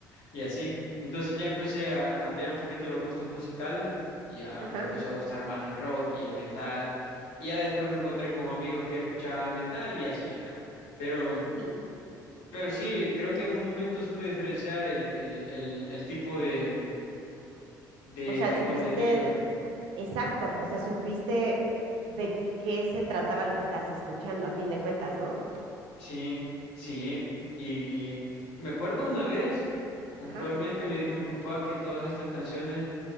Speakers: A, on the left; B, on the right.
A: Y así. Entonces ya empecé a, a cambiar un poquito los gustos musicales. y Ya
B: ajá.
A: me empezó a gustar más el rock y el metal. Y ya después me encontré con amigos que escuchaban metal y así. ya. Pero,
B: Sí.
A: pero sí, creo que en un momento supe diferenciar el, el, el, el tipo de, de,
B: O sea,
A: de
B: supiste,
A: contenido.
B: de- exacto, o sea, supiste de qué se trataba lo que estabas escuchando, a fin de cuentas, ¿no?
A: Sí, sí. Y, y me acuerdo una vez, puntualmente
B: Ajá,
A: me dijo mi papá que todas estas canciones